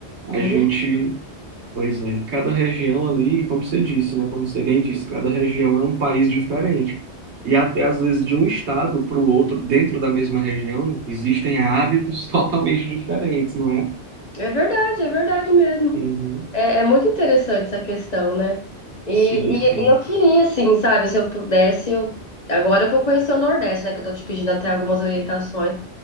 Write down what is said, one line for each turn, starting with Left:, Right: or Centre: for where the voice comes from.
Right: A
Left: mu-
Right: gente Pois é, cada região ali, como você disse, né? Como você bem disse, cada região é um país diferente. E até às vezes de um estado para o outro, dentro da mesma região, existem hábitos <laughs> totalmente diferentes, não é?
Left: é verdade, é verdade mesmo.
Right: Uhum.
Left: É, é muito interessante essa questão, né? E,
Right: Sim, sim.
Left: e, e eu queria, assim, sabe, se eu pudesse, eu... agora eu vou conhecer o Nordeste, né? Que eu tô te pedindo até algumas orientações.